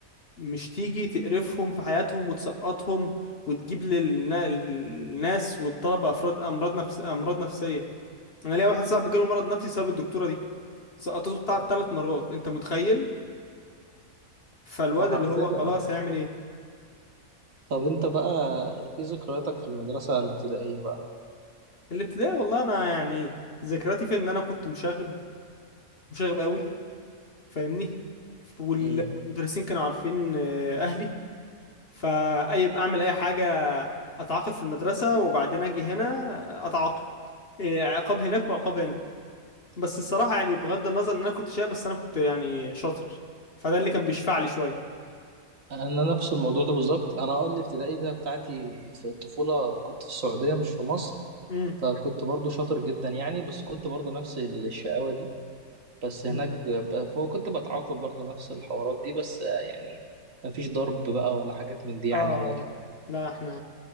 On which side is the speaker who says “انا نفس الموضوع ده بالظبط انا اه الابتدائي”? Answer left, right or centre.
Right